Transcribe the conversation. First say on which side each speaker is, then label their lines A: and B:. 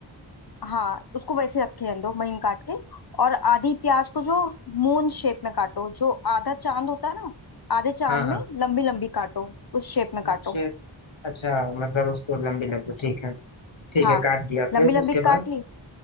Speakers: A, on the left; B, on the left.
A: हाँ उसको वैसे रखे रहने दो महीन काट के और आधी प्याज को जो मून शेप में काटो जो आधा चांद होता है ना आधे चांद
B: हाँ हाँ
A: में लंबी लंबी काटो उस शेप में काटो
B: उनसे अच्छा मतलब उसको लंबी लंबी ठीक है ठीक
A: हाँ
B: है काट दिया
A: लंबी
B: फिर
A: लंबी
B: उसके
A: काट
B: बाद
A: ली